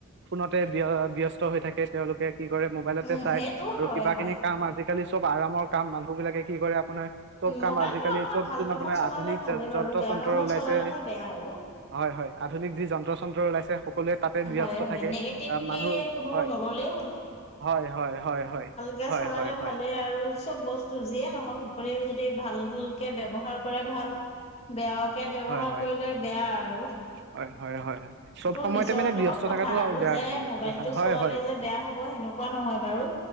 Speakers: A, on the right; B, on the left.
A: ফোনতে বিয়ষ্ট হৈ থাকে তেওঁলোকে কি কৰে মোবাইলতে
B: উ
A: চাই
B: সেইটো
A: আৰু
B: হয়
A: কিবা
B: হয়
A: খিনি কাম আজিকালি চব আৰামৰ কাম মানুহ বিলাকে কি কৰে আপোনাৰ চব কাম
B: মোবাইলটো
A: আজিকালি
B: আপোনাৰ
A: চব
B: ভাল
A: যোন
B: কামত
A: আপোনাৰ
B: চলালে
A: আধুনিক
B: ভালেই
A: য
B: বাৰু
A: যন্ত্ৰ
B: বেয়া
A: চন্ত্ৰ
B: কামত
A: ওলাইছে
B: চলালেহে বেয়া আৰু
A: হয় হয় আধুনিক যি যন্ত্ৰ চ্ৰ ওলাই <unintelligible> সকলোৱ তাতে ব্যস্ত
B: হয় হয়
A: থাকে
B: নিগেটিভলি
A: আহ মানুহ
B: কোনো
A: হয়
B: নললেই
A: হয় হয় হয় হয়
B: জা
A: হয়
B: চলালে
A: হয় হয়
B: ভালে আৰু চব বস্তু যিয়ে নহওকৰিও যদি ভালকে ব্যৱহাৰৰ কৰে ভাল বেয়া তাকে ব্যৱহাৰ
A: হয় হয়
B: কৰিলে বেয়া আৰু
A: হয় হয় হয় চব
B: এইটো
A: সময়তে
B: নিজৰ
A: মানে
B: লগত
A: ব্যস্ত
B: কথা
A: থকাটো
B: আৰু
A: বেয়া
B: যে মোবাইলতটো
A: কথা হয়
B: চলালে
A: হয়
B: যে বেয়া হ'ব সেনেকুৱা নহয় বাৰু